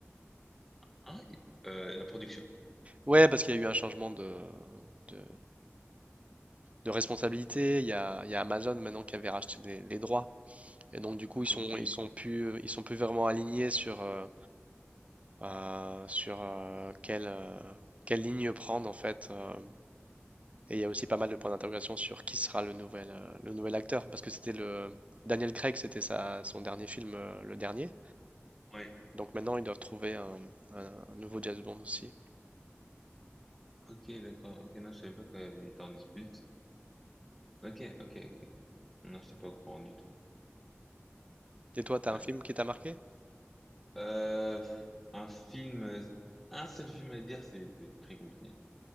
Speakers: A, in the centre; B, on the right.
A: Ah, et- euh, la production?
B: Ouais, parce qu'il y a eu un changement de, de, de responsabilité. Il y a, il y a Amazon maintenant qui avait racheté les, les droits. Et donc du coup, ils sont
A: Ok,
B: ils sont plus ils sont plus vraiment alignés sur euh, euh, sur euh, quelle euh, quelle ligne prendre en fait. euh. Et il y a aussi pas mal de points d'interrogation sur qui sera le nouvel euh, le nouvel acteur parce que c'était le Daniel Craig, c'était sa son dernier film, euh, le dernier.
A: ouais,
B: Donc maintenant, ils doivent trouver un, un- un nouveau James Bond aussi.
A: ok, d'accord. Ok, non, je savais pas qu'il était en dispute. Ok, ok, ok. Non, j'étais pas au courant du tout.
B: Et toi, t'as
A: Ouais.
B: un film qui t'a marqué?
A: Euh, un film, un seul film à dire, c'est c'est très compliqué.